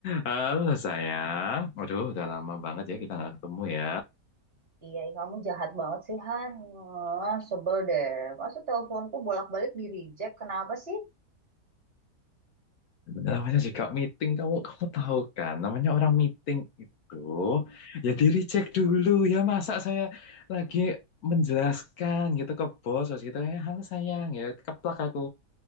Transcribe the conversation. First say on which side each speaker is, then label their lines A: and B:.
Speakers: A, on the left; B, on the right.
A: Halo sayang, waduh udah lama banget ya kita nggak ketemu ya.
B: Iya, ih, kamu jahat banget sih, Han. Ah, sebel deh. Masa teleponku bolak-balik di reject? Kenapa sih?
A: Namanya juga meeting kamu kamu tahu kan, namanya orang meeting itu ya di recheck dulu ya masa saya lagi menjelaskan gitu ke bos terus gitu ya halo sayang ya keplak aku.